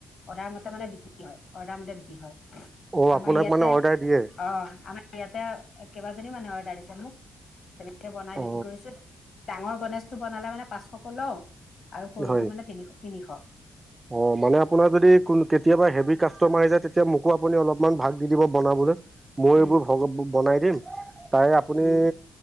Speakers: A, on the left (about 65°); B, on the right (about 30°).
A: অৰ্ডাৰ মতে মানে বিক্ৰী হয়। অৰ্ডাৰ মতে বিক্ৰী হয়।
B: অঁ, আপোনাক
A: আমাৰ ইয়াতে
B: মানে অৰ্ডাৰ দিয়ে?
A: অ আমাৰ ইয়াতে কেইবাজনী মানুহে অৰ্ডাৰ দিছে মোক। তেনেকে বনাই
B: অ
A: বিক্ৰী কৰিছো। ডাঙৰ গণেশটো বনালে মানে পাঁচশকে লও আৰু সৰুতটো
B: হয়
A: মানে তিনিশ। তিনিশ
B: অ' মানে আপোনাৰ যদি কোন কেতিয়াবা হেভি কাষ্ট কাষ্টমাৰ আহি যায় তেতিয়া মোকো আপুনি অলপমান ভাগ দি দিব বনাবলে। মই
A: উম
B: এইবোৰ ভ বনাই দিম, তাৰে আপুনি
A: উম